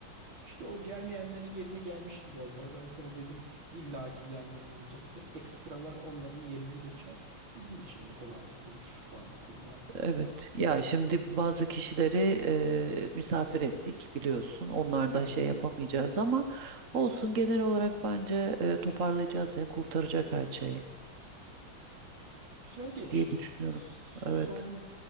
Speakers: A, on the right; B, on the right.
A: işte o gelmeyenlerin yerine gelmiş gibi oldular. Ben sana dedim illaki gelmeyen olacaktır. Ekstralar onların yerine geçer. Bizim için de kolaylık olur bazı konularda.
B: Evet. Ya şimdi bazı kişileri e, misafir ettik biliyorsun. Onlar
A: Evet.
B: da şey yapamayacağız ama olsun genel olarak bence e, toparlayacağız ya kurtaracak her şeyi
A: Güzel geçti.
B: diye düşünüyorum.
A: Son
B: Evet.